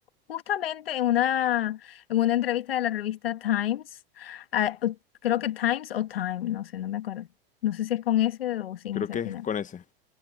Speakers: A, on the left; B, on the left.
A: justamente en una, en una entrevista de la revista Times, ah, creo que Times o Time, no sé, no me acuerdo, no sé si es con S o sin
B: Creo
A: S
B: que
A: al
B: es
A: final.
B: con ese.